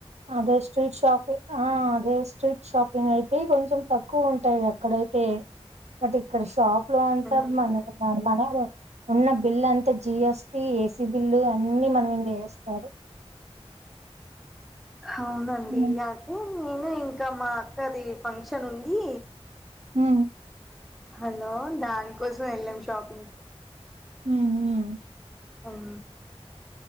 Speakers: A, on the right; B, in the centre.
A: అదే స్ట్రీట్ షాప్ ఆ అదే స్ట్రీట్ షాపింగ్ అయితే కొంచెం తక్కువ ఉంటాయి అక్కడైతే బట్ ఇక్కడ షాప్ లో అంతా
B: అంతే
A: మన మన ఉన్న బిల్లు అంతా జీఎస్టి ఏసీ బిల్లు అన్నీ మనం మింద ఏస్తారు
B: హవునండి
A: ఉమ్
B: అయితే నేను ఇంకా మా అక్కది ఫంక్షన్ ఉంది
A: ఉ
B: హలో దానికోసం వెళ్ళాం షాపింగ్కి
A: ఉహు
B: అం